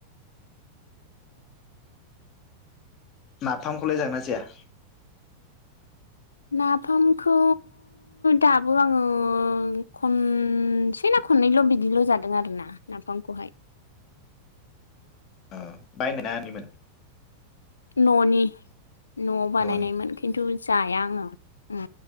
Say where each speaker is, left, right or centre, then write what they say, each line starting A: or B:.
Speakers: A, on the left; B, on the left.
A: नाफामखौलाय जागोना जाया
B: नाफामखौ दाबो आङो खनसे ना खननैल बिदिल जादों आरोना नाफामखौहाय
A: ओ बायनो <unintelligible> ना ननिमोन
B: ननि नआव बानायनायमोन
A: न'नि
B: खिन्थु जाया आं औ उम